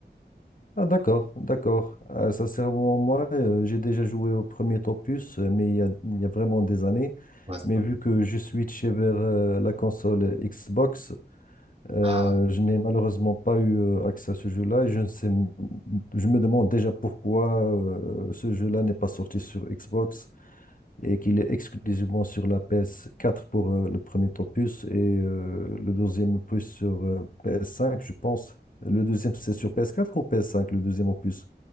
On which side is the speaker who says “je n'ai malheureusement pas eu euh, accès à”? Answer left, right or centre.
Left